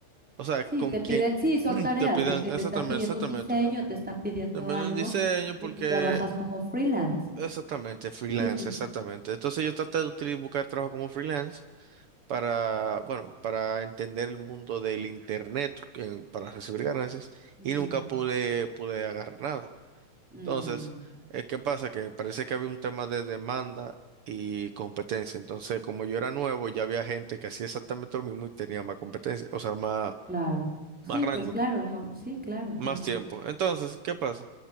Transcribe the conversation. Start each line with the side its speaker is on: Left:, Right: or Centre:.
Right: o sea,
Centre: Sí,
Right: con
Centre: te
Right: quien
Centre: piden, sí, son
Right: <clears throat>
Centre: tareas,
Right: te piden.
Centre: es que
Right: exactamente,
Centre: te están pidiendo
Right: exactamente.
Centre: un diseño, te están pidiendo
Right: También
Centre: algo
Right: un diseño
Centre: y
Right: porque,
Centre: tú trabajas como freelance.
Right: exactamente, freelance,
Centre: Sí.
Right: exactamente. Entonces yo traté de utilizar, buscar trabajo como freelance. para, bueno, para entender el mundo del internet, en- para recibir ganancias,
Centre: Ujú.
Right: y nunca pude, pude agarrar nada.
Centre: Mm.
Right: Entonces, eh, ¿qué pasa? Que parece que había un tema de demanda y competencia. Entonces, como yo era nuevo, ya había gente que hacía exactamente lo mismo y tenía más competencia, o sea, más,
Centre: Claro. Sí,
Right: más rango,
Centre: pues claro, mo- sí, claro,
Right: más
Centre: claro.
Right: tiempo. Entonces, ¿qué pasa?